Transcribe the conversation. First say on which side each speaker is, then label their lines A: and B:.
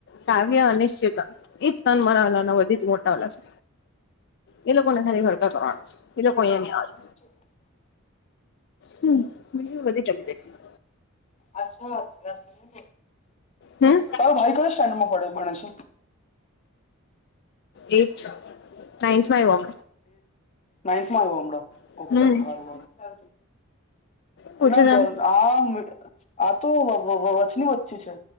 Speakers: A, on the left (about 50°); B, on the left (about 30°).
A: કાવ્ય અનિશ્ચિત એજ તન મરા વાલાના બધી જ મોટા વાલા છે એ લોકોને ખાલી ભડકા કરવાના છે, એ લોકો એ નહી આવે
B: <inaudible>
A: હમ બીજું વધી ચલી જાય.
B: અચ્છા રસ્તો ન
A: હમ
B: તારો ભાઈ કયા સ્ટેન્ડર્ડમાં પડે ભણે છે?
A: એઈટ નાઈનથમાં આઇવો.
B: નાઇથમાં આઇવો હમણાં
A: હમણાં
B: ઓકે
A: હમ
B: હારુ હારુ
A: પૂછે
B: ના
A: તમ
B: ઘર આ આ તો વ વ વચની બચી છે.